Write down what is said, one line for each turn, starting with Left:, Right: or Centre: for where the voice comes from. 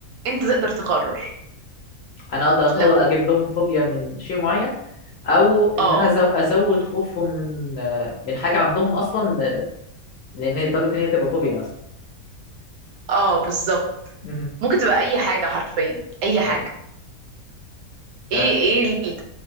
Right: انت تقدر تقرر
Left: انا اقدر اقرر
Right: لو
Left: اجيب لهم فوبيا من شيء معين او ان
Right: اه
Left: انا أزو- ازود خوفهم من آه، من حاجه عندهم اصلا ل- لان هي لدرجه ان هي تبقى فوبيا مثلا
Right: اه بالظبط
Left: مهم.
Right: ممكن تبقى اي حاجه حرفيا اي حاجه
Left: ايوه
Right: ايه
Left: تمام
Right: ايه ال- ايه